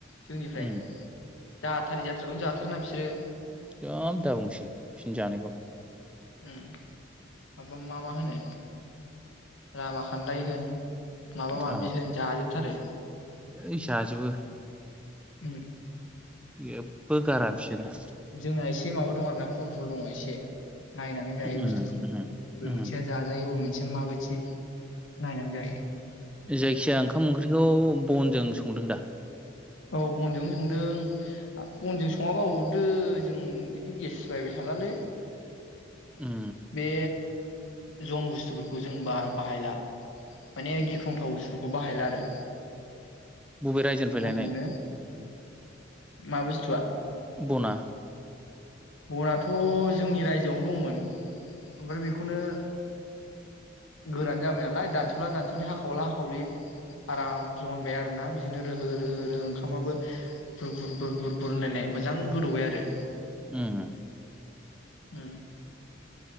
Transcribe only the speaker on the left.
जोंनिफ्राय
जाथारि जाथ्राखौ जाथारना बिसोरो
उम माबा मा मा होनो लामा खान्दाय होन माबा माबि
होन जाजोब थारो
उम
जोंहा एसे माबायाव दं आरो ना कन्ट्रल दङ एसे नायनानै जायो
बुस्थुफोरखौ
बबे
मोनसेया जाजायो बबे मोनसे मा बायदि नायनानै गायो
औ बनजोंनो संदों बनजों सङाबा अरदो जों बिदि गेस बायबाय थालालै
बे जम बुस्थुफोरखौ जों बा-बाहायला माने गिख्रंथाव बुस्थुफोरखौ बाहायला आरो।
नोंनो
मा बुस्थुआ?
बनाथ जोंनि रायजोआवनो दंमोन ओमफ्राय बेखौनो गोरान जाबाय नालाय दानसला दानसलि हाखावला हाखावलि आराम जनबाय आरोना बिदिनो रोहो रोहो रोहो ओंखामाबो बुर बुर बुर बुर बुर होनलायनाय मोजां गोदौबाय आरो।
उम